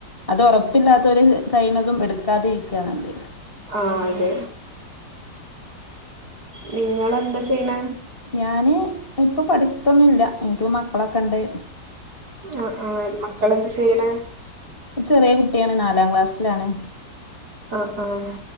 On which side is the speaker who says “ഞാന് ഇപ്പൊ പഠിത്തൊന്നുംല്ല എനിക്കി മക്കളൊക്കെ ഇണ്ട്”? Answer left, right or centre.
Left